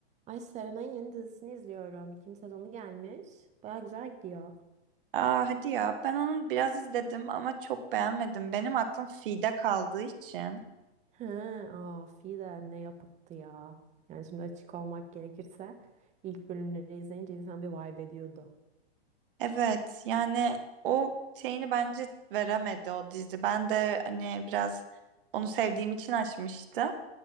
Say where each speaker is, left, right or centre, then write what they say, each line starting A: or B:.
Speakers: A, on the right (about 20°); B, on the right (about 55°).
A: Ay Serenay'ın yeni dizisini izliyorum. İkinci sezonu gelmiş. Baya güzel gidiyor.
B: Aa, hadi ya ben onu biraz izledim ama çok beğenmedim. Benim aklım Fi'de kaldığı için.
A: He, aa, de ne yapıttı ya. Yani şimdi açık olmak gerekirse ilk bölümleri izleyince insan bir vibe ediyordu.
B: Evet yani o şeyini bence veremedi o dizi. Ben de hani biraz onu sevdiğim için açmıştım.